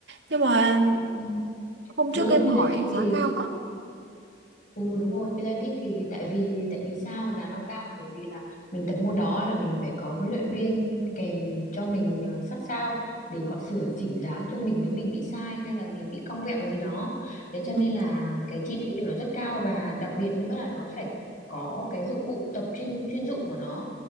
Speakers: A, on the right (about 80°); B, on the left (about 45°).
A: nhưng mà
B: Ừ,
A: hôm
B: đúng
A: trước
B: rồi
A: em
B: Pilates
A: hỏi
B: thì
A: giá cao quá
B: ừ đúng rồi Pilates thì tại vì tại vì sao giá nó cao bởi vì là mình tập môn đó là mình phải có huấn luyện viên kèm cho mình ờ, sát sao để họ sửa chỉnh dáng cho mình nếu mình bị sai hay là mình bị cong vẹo gì đó thế cho
A: Ừ.
B: nên là cái chi phí của nó rất cao và đặc biệt nữa là nó phải có cái dụng cụ tập chuyên chuyên dụng của nó